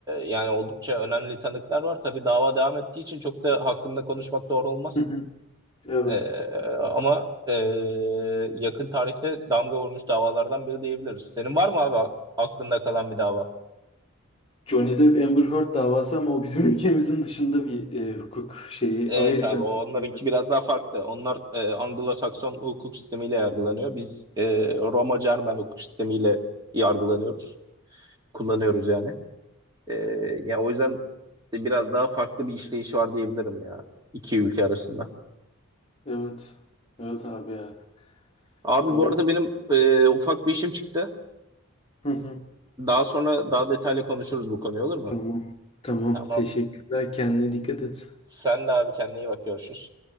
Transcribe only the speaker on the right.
yani oldukça önemli tanıklar var. Tabii dava devam ettiği için çok da hakkında konuşmak doğru olmaz.
Ee, ama ee, yakın tarihte damga vurmuş davalardan biri diyebiliriz. Senin var mı abi aklında kalan bir dava?
Evet
abi onlarınki
biraz daha farklı. Onlar e, Anglo-Sakson hukuk sistemiyle yargılanıyor. Biz e, Roma-Cermen hukuk sistemiyle yargılanıyoruz. Kullanıyoruz yani. E, ya o yüzden biraz daha farklı bir işleyişi var diyebilirim ya iki ülke arasında.
Abi
bu arada benim e, ufak bir işim çıktı.
Daha sonra daha detaylı konuşuruz bu konuyu olur mu?
Tamam.
Sen de abi kendine iyi bak görüşürüz.